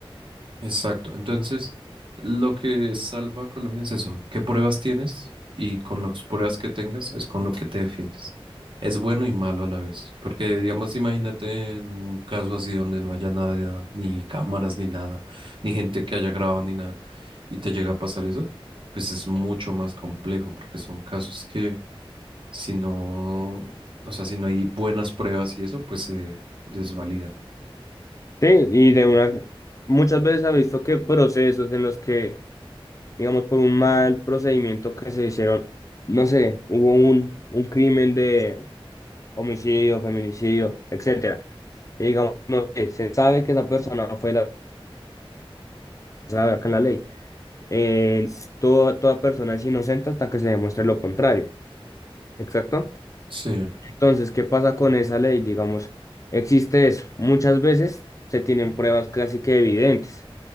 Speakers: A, on the right (about 60°); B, on the left (about 35°).
A: Exacto. Entonces, lo que salva a Colombia es eso, qué pruebas tienes y con las pruebas que tengas es con lo que te defiendes. Es bueno y malo a la vez, porque digamos, imagínate en un caso así donde no haya nada, ni cámaras, ni nada, ni gente que haya grabado, ni nada, y te llega a pasar eso, pues es mucho más complejo, porque son casos que si no, o sea, si no hay buenas pruebas y eso, pues se desvalidan.
B: Sí, y de una, muchas veces ha visto que procesos en los que, digamos, por un mal procedimiento que se hicieron, no sé, hubo un, un crimen de homicidio, feminicidio, etcétera. Y digamos, no sé, se sabe que esa persona fue la, se sabe acá en la ley. Eh, toda, toda persona es inocente hasta que se demuestre lo contrario. Exacto.
A: Sí,
B: Entonces, ¿qué pasa con esa ley? Digamos, existe eso. Muchas veces se tienen pruebas casi que evidentes.